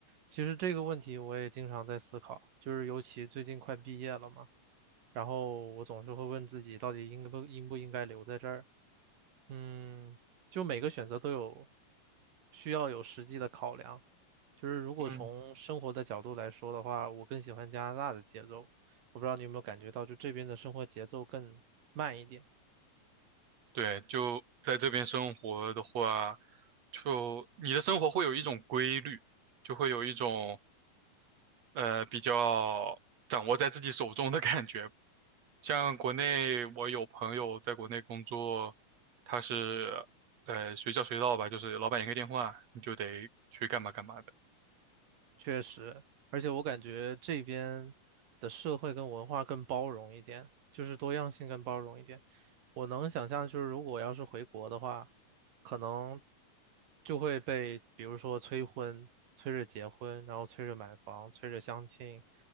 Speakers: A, on the right; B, on the right.
A: 其实这个问题我也经常在思考，就是尤其最近快毕业了嘛。然后我总是会问自己，到底应不应不应该留在这儿？嗯，就每个选择都有需要有实际的考量。就是如果从生活的角度来说的话，
B: 嗯，
A: 我更喜欢加拿大的节奏。我不知道你有没有感觉到，就这边的生活节奏更慢一点。
B: 对，就在这边生活的话，就你的生活会有一种规律，就会有一种呃比较掌握在自己手中的感觉像国内，我有朋友在国内工作，他是呃随叫随到吧，就是老板一个电话，你就得去干嘛干嘛的。
A: 确实，而且我感觉这边的社会跟文化更包容一点，就是多样性更包容一点。我能想象，就是如果要是回国的话，可能就会被比如说催婚、催着结婚，然后催着买房、催着相亲，